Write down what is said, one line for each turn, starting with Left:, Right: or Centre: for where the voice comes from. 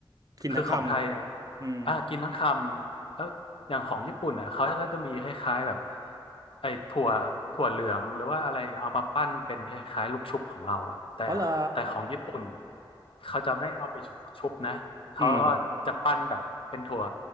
Right: กินทั้งคำอืม
Left: คือของไทยเนี่ยอ่ากินทั้งคำแล้วอย่างของญี่ปุ่นอ่ะเขาก็จะมีคล้ายๆแบบไอ้ถั่วถั่วเหลืองหรือว่าอะไรเอามาปั้นเป็นคล้ายๆลูกชุบของเราอ่ะแต่แต่ของญี่ปุ่น
Right: อ๋อเหรอ
Left: เขาจะไม่เอาไปชุบนะ เขาก็จะปั้นแบบเป็นถั่ว
Right: อืม